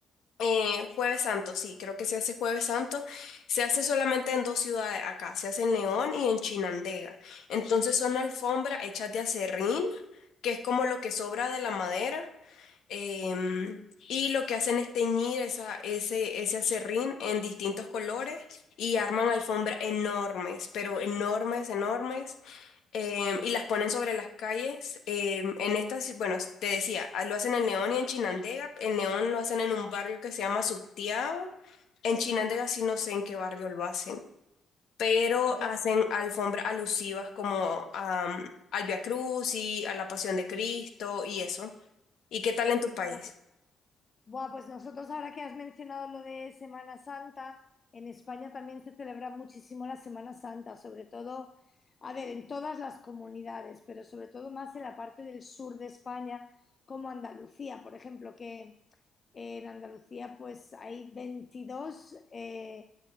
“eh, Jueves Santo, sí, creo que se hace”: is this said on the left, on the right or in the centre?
Left